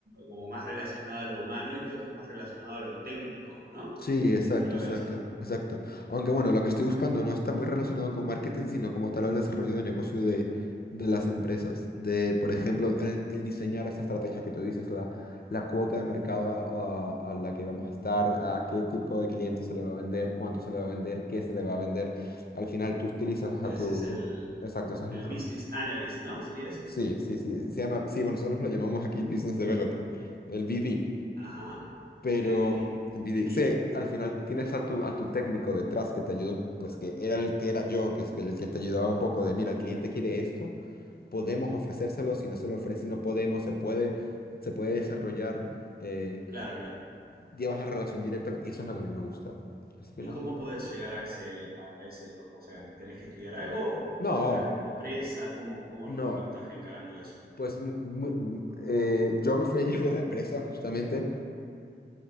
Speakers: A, on the right; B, on the left.
A: como más relacionada a lo humano y lo otro es más relacionado a lo técnico, ¿no?
B: Sí, exacto,
A: Yo lo
B: exacto,
A: veo así.
B: exacto. Aunque bueno, lo que estoy buscando no está muy relacionado con marketing, sino como tal al desarrollo de negocio de, de las empresas. De, por ejemplo, el, el diseñar esa estrategia que tú dices, la, la cuota de mercado a, a- a la que vamos a estar, a qué tipo de cliente se le va a vender, cuánto se le va a vender, qué se le va a vender. Al final tú utilizas
A: Ese
B: a tu...
A: es el,
B: Exacto, ese es
A: el
B: el... r-
A: Business Analyst, ¿no? ¿Sería ese?
B: Sí, sí, sí. Se llama... Sí, bueno, nosotros lo llamamos aquí Business Developer, el B D.
A: Ajá,
B: Pero
A: el BB.
B: el video,
A: BD,
B: sí, al final tienes a tu, a tu técnico detrás que te ayudó, pues que era el que era yo, que es que el que te ayudaba un poco de, mira, el cliente quiere esto, podemos ofrecérselo, si no se lo ofrece, si no podemos, se puede, se puede desarrollar, eh,
A: claro, claro.
B: llevas la relación directa, con- y eso es lo que a mí me gusta. Así que
A: ¿Y
B: nada.
A: cómo podés llegar a ese, a ese, o sea, tenés que estudiar algo o,
B: No,
A: o dentro de la misma empresa? ¿Cómo, cómo,
B: no.
A: cómo lo estás encarando eso?
B: Pues mu- mu- eh, yo me fui ayer de la empresa justamente.